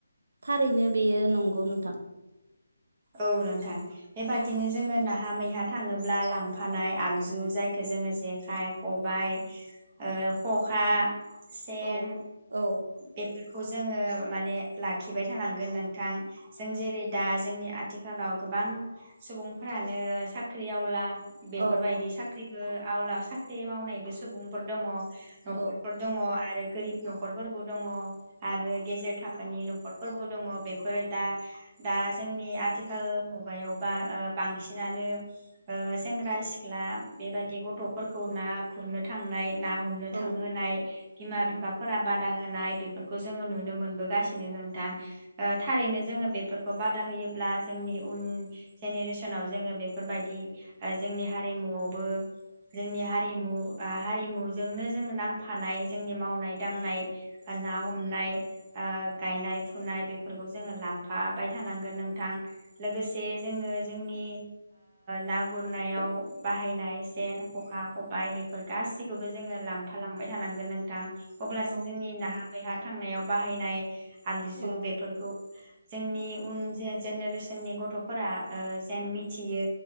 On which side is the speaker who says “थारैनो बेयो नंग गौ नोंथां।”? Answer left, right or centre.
Right